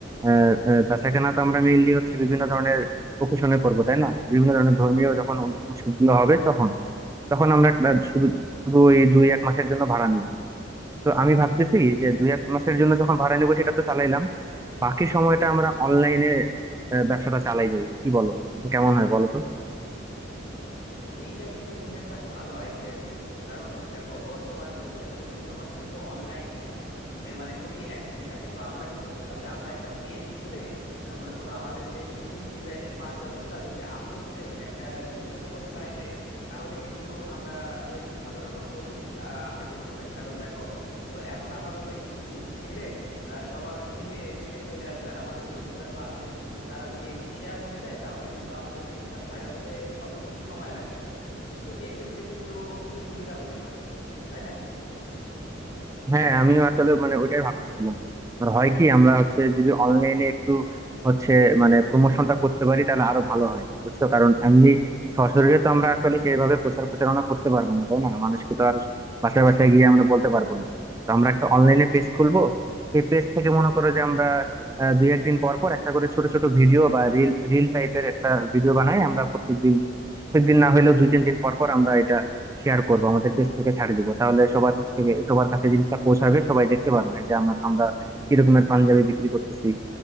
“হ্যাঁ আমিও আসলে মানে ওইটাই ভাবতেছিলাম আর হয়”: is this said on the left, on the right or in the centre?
Right